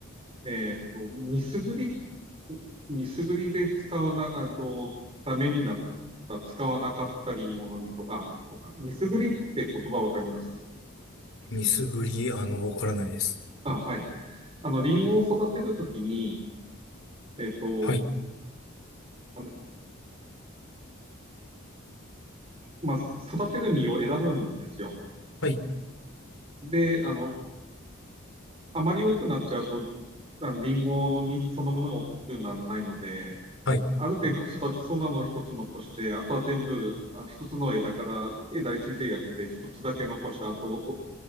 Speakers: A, on the right; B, on the left.
A: えっと、ミスグリ、ミスグリで使わな、あと、ダメになった、使わなかったリンゴの実とか、あ、そうか、ミスグリって言葉わかります
B: ミスグリ、あの、わからないです。
A: あ、はい。あの、リンゴを育てるときに、えっと、
B: はい。
A: あの、まあ、育てる実を選ぶんですよ。
B: はい。
A: で、あの、あまり多くなっちゃうと、あのリンゴの実そのものが大きくならないので、
B: はい。
A: ある程度育ちそうなのを一つ残して、あとは全部、あ一つの枝から、枝についてるやつで一つだけ残して、あとお